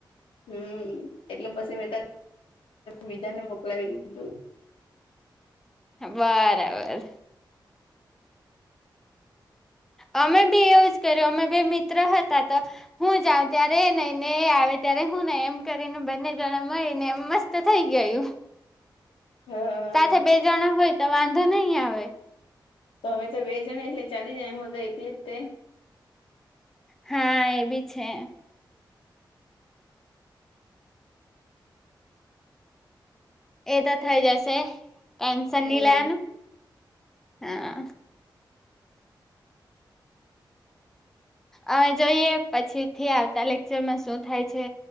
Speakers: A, on the left; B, in the centre.
A: હમ એટલે પછી મે બીજાને મોકલાવી દીધું.
B: બરાબર. અમે બી એવું જ કર્યું અમે બે મિત્ર હતા તો. હું જાઉં ત્યારે એ નઈ ને એ આવે ત્યારે હું નહીં એમ કરીને બંને જણા મળી ને એમ મસ્ત થઈ ગયું
A: હા
B: સાથે બે જણા હોય તો વાંધો નહી આવે.
A: તો અમે તો બે જણા એટલે ચાલી જાય એ હુ તો એકલી જ તે
B: હા એ બી છે. એ તો થઇ જશે ટેન્શન
A: હમ
B: નહી લેવાનું હા. અવે જોઈએ પછી થી આવતા લેક્ચરમાં શું થાય છે?